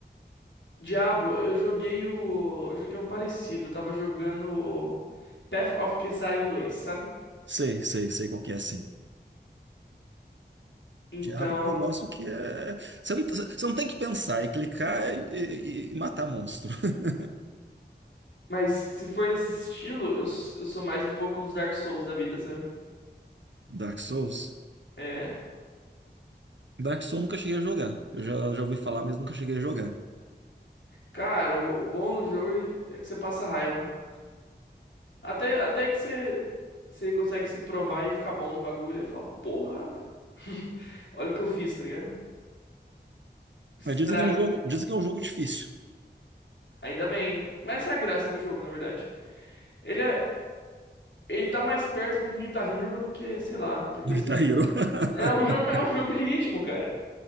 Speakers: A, on the left (about 85°); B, on the right (about 80°).
A: Diablo, eu joguei o. eu Joguei um parecido. Eu tava jogando Path of Exile dois, sabe?
B: Sei, sei, sei qual que é assim.
A: Então.
B: Diablo é um negócio
A: eu-
B: que é. Você não, você não tem que pensar, é clicar e, e- e matar monstro. <laughs>
A: Mas se for nesse estilo, eu, s- eu sou mais um pouco os Dark Souls da vida, sabe?
B: Dark Souls?
A: É.
B: Dark Souls eu nunca cheguei a jogar. Eu já, já ouvi falar, mas nunca cheguei a jogar.
A: Cara, o, o bom do jogo é que você passa raiva. Até, até que você, você consegue se provar e ficar bom no bagulho e falar, porra, <laughs> olha o que eu fiz, tá ligado? Estrago.
B: Mas dizem que é um jogo, dizem que é um jogo difícil.
A: Ainda bem. Mas essa é a graça do jogo, na verdade. Ele é, Ele tá mais perto do Guitar Hero do que, sei lá, porque
B: Do Guitar
A: assim,
B: Hero. <laughs>
A: é um jogo, é um jogo de ritmo, cara.